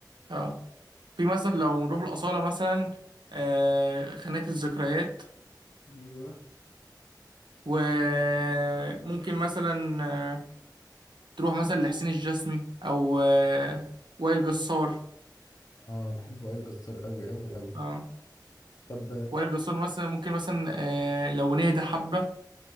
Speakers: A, on the right; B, on the left.
A: اه في مثلا لو نروح الأصالة مثلا آه، خانات الذكريات
B: ايوه
A: وممكن مثلا آه، تروح مثلا لحسين الجسمي أو آه، وائل جسار
B: اه بحب وائل جسار قوي قوي قوي
A: اه
B: طب
A: وائل جسار مثلا ممكن مثلا آه، لو نهدى حبة